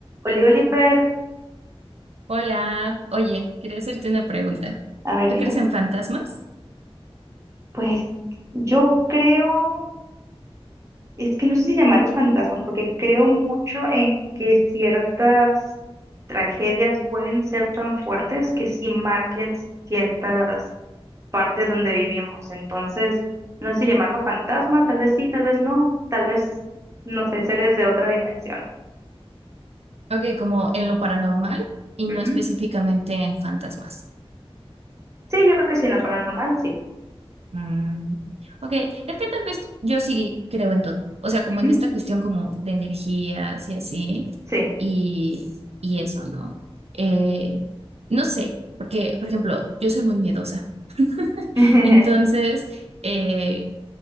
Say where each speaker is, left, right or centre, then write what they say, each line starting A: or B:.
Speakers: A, on the right (about 30°); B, on the right (about 85°).
A: Oli Oliver,
B: Hola, oye, quería hacerte una pregunta.
A: a ver,
B: ¿Tú
A: dime.
B: crees en fantasmas?
A: Pues yo creo, es que no sé si llamarlos fantasmas, porque creo mucho en que ciertas tragedias pueden ser tan fuertes que sí marquen ciertas partes donde vivimos. Entonces, no sé si llamarlo fantasma, tal vez sí, tal vez no, tal vez, no sé, seres de otra dimensión.
B: Ok, como en lo paranormal y no
A: Ujú.
B: específicamente en fantasmas.
A: Sí, yo creo que sí, en lo paranormal, sí.
B: Mm, Ok, es que tal vez yo sí creo en todo. O sea, como
A: Ujú.
B: en esta cuestión como de energías y así,
A: Sí,
B: y, y eso, ¿no? Eh, no sé, porque, por ejemplo, yo soy muy miedosa. <laughs>
A: <laughs>
B: Entonces, eh,